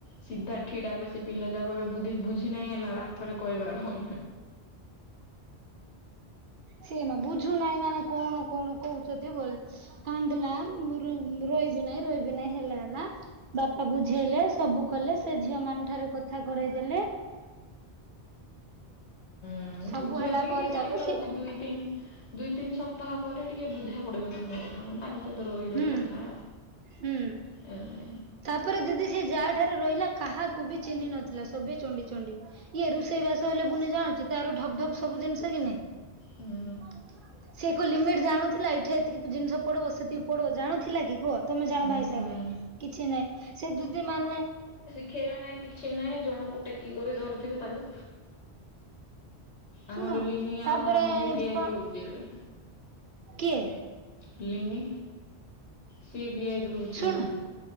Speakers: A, on the left; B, on the right.
A: ସିଧା ଠିଡା ଏବେ ସେ ପିଲା ଯା କଇବାର ଏବେ ବୁଝି ବୁଝି ନେହିଁ ହେଲା ଆଥରେ କହିବାର।
B: ସେ ମା ବୁଝୁନାହିଁ ମାନେ କଣ କଣ କହୁଚନ୍ତି। କାନ୍ଦିଲା <unintelligible> ରଇବି ନାହିଁ ରଇବି ନାହିଁ ହେଲା। ହେଲା ବାପା ବୁଝେଇଲେ ସବୁ କଲେ ସେ ଝିଅ ମାନଙ୍କ ଠାରେ କଥା କରେଇଦେଲେ।
A: ହୁଁ
B: ସବୁ
A: ବୁଝିବା
B: ହେଲା
A: ଲାଗି
B: ପରେ
A: ଟିକେ ଟାଇମ
B: ଯାକୁ
A: ଲାଗୁଚି
B: ସେ
A: ଦୁଇ ତିନ ଦୁଇ ତିନି ସପ୍ତାହ ପରେ ଟିକେ ବୁଝା ପଡିବ ତାଙ୍କ କଥା ମାନେ ତାଙ୍କ <unintelligible> ରଇ ରଇ
B: ହୁଁ
A: କଥା
B: ହୁଁ।
A: ଏଲେ
B: ତାପରେ ଦିଦି ସେ ଯାହା ଠାରେ ରହିଲା କାହାକୁ ବି ଚିହ୍ନି ନଥିଲା ସବେ ଚଣ୍ଡି ଚଣ୍ଡି ଇଏ ରୋଷେଇ ବାସ ହେଲେ ବୁନି ଜାଣୁଚି ତାର ଢପ୍ ଢପ୍ ସବୁ ଜିନିଷ କି ନଇ
A: ହୁଁ
B: ସେ କ ଲିମିଟ ଜାଣୁଥିଲା ଏଇଠି ଏତିକି ଜିନିଷ ପଡିବ ସେ ପଡ ଜାଣୁଥିଲା କି କୁହ ତମେ ଜାଣ
A: ହୁଁ
B: ଭାଇ ହିସାବ ରେ କିଛି ନାଇଁ ସେ ଦିଦି ମାନେ
A: ଖେଇବେ ନାହିଁ କିଛି ନାହିଁ ଜଣଙ୍କୁ ଟେକି କରି ଧରିଥିବେ ତାକୁ ଆମର
B: ଶୁଣ
A: ଲିନିଆଉ
B: ତାପରେ
A: କଣ ହଉଚି
B: ଏ
A: କି
B: ଯୋଉ
A: ଭାଆଇ
B: କଣ
A: ପି ହଉଚି ଏବେ
B: କିଏ।
A: ଲିିନି ସିଏ ଭିଆଇପି ହଉଚି
B: ଶୁଣ
A: ଏବେ